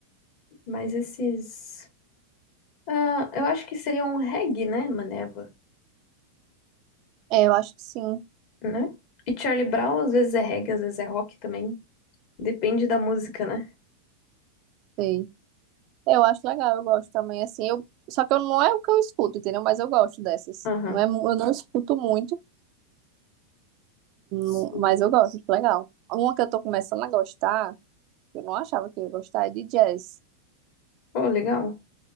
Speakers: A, on the left; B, on the right.
A: mas esses. ah, eu acho que seria um reggae, né, Maneva,
B: É, eu acho que sim,
A: né? E Charlie Brown às vezes é reggae, às vezes é rock também. Depende da música, né?
B: sei. Eu acho legal, eu gosto também, assim, eu... Só que eu, não é o que eu escuto, entendeu? Mas eu gosto dessas.
A: Aham.
B: Não é, mu- eu não escuto muito,
A: Sim.
B: mu- mas eu gosto, acho legal. Uma que eu tô começando a gostar, que eu não achava que eu ia gostar, é de jazz.
A: Oh, legal.